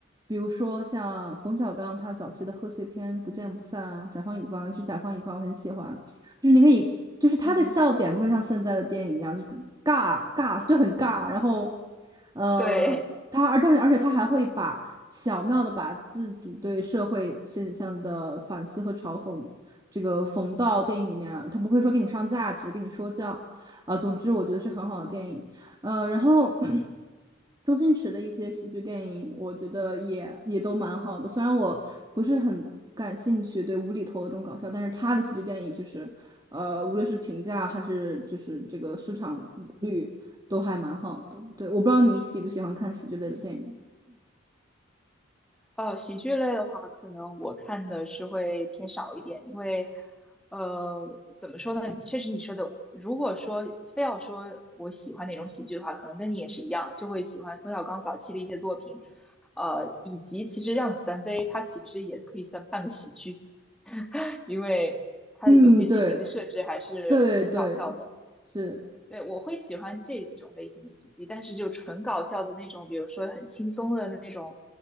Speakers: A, on the right; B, in the centre.
A: 比如说像冯小刚他早期的贺岁片《不见不散》啊，《甲方乙方》，尤其是《甲方乙方》，我很喜欢，就是你可以，就是他的笑点不会像现在的电影一样，
B: 嗯，
A: 就是尬尬就很尬，然后呃，
B: 对。
A: 他而且而且他还会把。巧妙的把自己对社会现象的反思和嘲讽，这个缝到电影里面啊，他不会说给你上价值，跟你说教，啊、总之我觉得是很好的电影，呃，然后 <clears throat> 周星驰的一些喜剧电影，我觉得也也都蛮好的，虽然我不是很感兴趣对无厘头的这种搞笑，但是他的喜剧电影就是，呃，无论是评价还是就是这个市场率都还蛮好的，对，我不知道你喜不喜欢看喜剧类的电影。
B: 呃，喜剧类的话，可能我看的是会偏少一点，因为，呃，怎么说呢？确实你说的，如果说非要说我喜欢哪种喜剧的话，可能跟你也是一样，就会喜欢冯小刚早期的一些作品，呃，以及其实《让子弹飞》它其实也可以算半个喜剧，因为它有些剧情的设置还是挺搞笑的。
A: 嗯，对，对对，是，
B: 对，我会喜欢这种类型的喜剧，但是就纯搞笑的那种，比如说很轻松的那种，